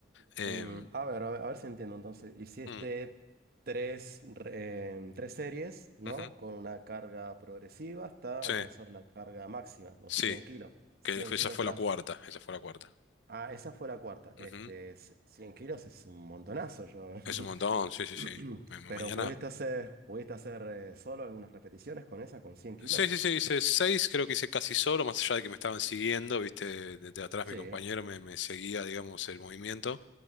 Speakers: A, on the left; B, on the right.
A: Em,
B: Mm, a ver, a ver, a ver si entiendo. Entonces, hiciste
A: mm,
B: tres, re- em, tres series, ¿no?
A: ujú,
B: Con una carga progresiva hasta
A: sí,
B: alcanzar la carga máxima, los
A: sí,
B: 100 kilos. cien
A: que esa
B: kilos
A: fue
B: tras...
A: la cuarta, esa fue la cuarta.
B: Ah, esa fue la cuarta. Este,
A: Ujú,
B: c- 100 kilos es un montonazo, yo. <clears throat>
A: Es un montón, sí, sí,
B: <laughs>
A: sí. Ma- ma-
B: Pero
A: Mañana.
B: pudiste hacer, pudiste hacer eh, solo algunas repeticiones con esa, con cien kilos.
A: Sí, sí, sí, hice
B: <clears throat>
A: seis, creo que hice casi solo, más allá de que me estaban siguiendo, viste, desde atrás
B: Sí,
A: mi compañero me, me seguía, digamos, el movimiento.